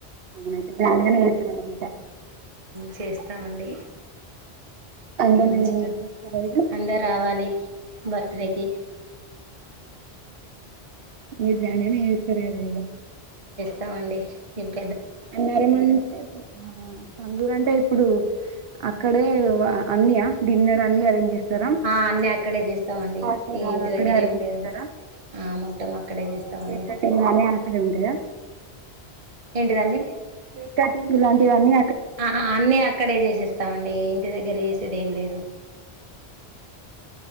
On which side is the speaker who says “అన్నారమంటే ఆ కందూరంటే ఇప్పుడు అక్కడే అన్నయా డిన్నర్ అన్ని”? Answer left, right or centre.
Right